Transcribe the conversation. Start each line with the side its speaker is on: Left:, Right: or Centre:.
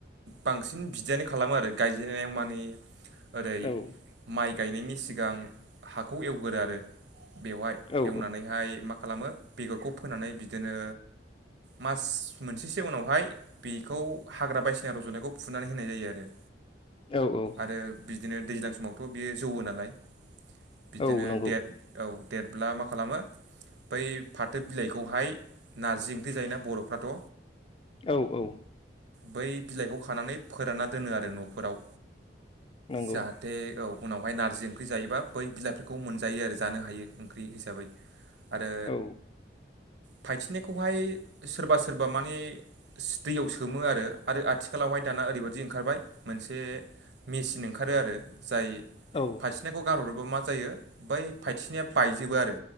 Right: बांसिन बिदियानो खालामो आरो गायजेननायाव माने ओरै
Left: औ
Right: माइ गायनायनि सिगां हाखौ एवगोरो आरो बेवहाय
Left: औ
Right: एवनानैहाय मा खालामो बेगरखौ फोनानै बिदिनो मास मोनसेसो उनावहाय बेखौ हाग्रा बायदिसिना रज'नायखौ फुनानै होनाय जायो आरो
Left: औ औ।
Right: ओ बिदिनो दैज्लां समावथ' बियो जौवो नालाय बिदिनो
Left: औ नंगौ
Right: देर औ देेरब्ला मा खालामो बै फाथो बिलाइखौहाय नारजि ओंख्रि जायोना बर'फ्राथ'
Left: औ औ।
Right: बै बिलाइखौ खानानै फोरानना दोनो आरो न'फोराव
Left: नंगौ
Right: जा जाथे औ उनावहाय नारजि ओंख्रि जायोबा बै बिलाइफोरखौ मोनजायो आरो जानो हायो ओंख्रि हिसाबै <inaudible> आरो
Left: औ
Right: फायथिनायखौहाय सोरबा सोरबा मानि दैयाव सोमो आरो आरो आथिखालावहाय दाना ओरैबायादि ओंखारबाय मोनसे मेचिन ओंखारो आरो जाय
Left: औ
Right: फायथिनाखौ गारहरोबा मा जायो बै फाइथिसिनाया बायजोबो आरो